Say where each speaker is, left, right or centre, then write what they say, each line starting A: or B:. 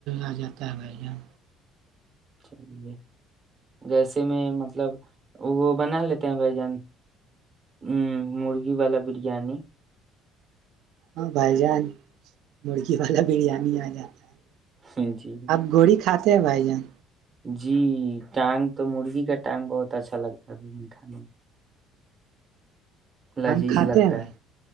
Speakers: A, on the right; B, on the right.
A: آ جاتا ہے بھائی جان
B: چلیے جیسے میں مطلب وہ بنا لیتے ہیں بھ جان ا مرغی والا بریانی
A: ہاں بھائی جان مرغی والا بریانی آ جاتا ہے
B: جی
A: آپ گوڑی کھاتے سے بھائی جان
B: جی ٹانگ تو مرغی کا ٹانگ بہت اچھا لگتا ہےب کھانے میں لذیذ
A: ہم کھاتے
B: لگتا
A: ہیں بھائی
B: ہے